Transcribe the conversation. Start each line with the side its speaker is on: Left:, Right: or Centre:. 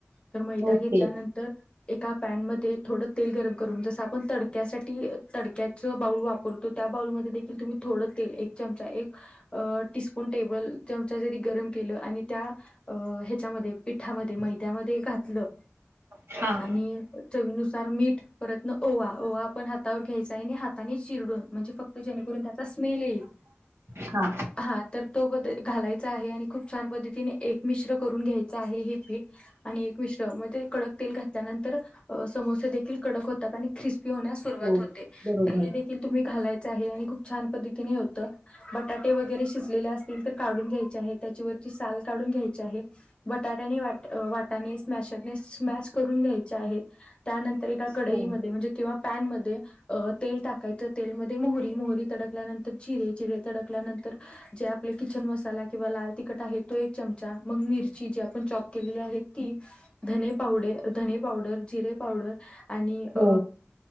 Left: तर मैदा
Right: ओके
Left: घेतल्यानंतर एका पॅनमध्ये थोडं तेल गरम करून जसं आपण तडक्यासाठी तडक्याचं बाऊल वापर करतो त्या बाउलमध्ये देखील तुम्ही थोडं तेल एक चमचा एक अ टीस्पून टेबल चमचा जरी गरम केलं आणि त्या अ ह्याच्यामध्ये पिठामध्ये मैद्यामध्ये घातलं
Right: हा.
Left: आणि चवीनुसार मीठ परत न ओवा, ओवा आपण हातावर घ्यायचा आहे आणि हाताने चिरडून म्हणजे फक्त जेणेकरून त्याचा स्मेल येईल,
Right: हा
Left: हा. तर तो पद घालायचा आहे आणि खूप छान पद्धतीने एक मिश्र करून घ्यायचं आहे हे पीठ आणि एक मिश्र मध्येे कडक तेल घात त्यानंतर समोसे देखील कडक होतात, आणि ख्रिस्पी होण्यास सुरुवात
Right: हो
Left: होते,
Right: बरोबर
Left: त हे देखील तुम्ही घालायचं आहे आणि खूप छान पद्धतीने होत. बटाटे वगैरे शिजलेले असतील तर काढून घ्यायचे आहे, त्याच्यावरची साल काढून घ्यायची आहे. बटाट्यानी वाट वाटाने स्मशरने स्मॅश करून घ्यायचे आहे त्यानंतर एका कडईमध्ये
Right: हो
Left: म्हणजे किंवा पॅनमध्ये अ तेल टाकायचं तेलमध्ये मोहरी, मोहरी तडकल्यानंतर जिरे, जिरे तडकल्यानंतर जे आपले किचन मसाला किंवा लाल तिखट आहे ते एक चमचा मग मिरची जी आपण चॉप केलेली आहे ती धने पावडे, धने पावडर, जिरे पावडर आणि अ
Right: हो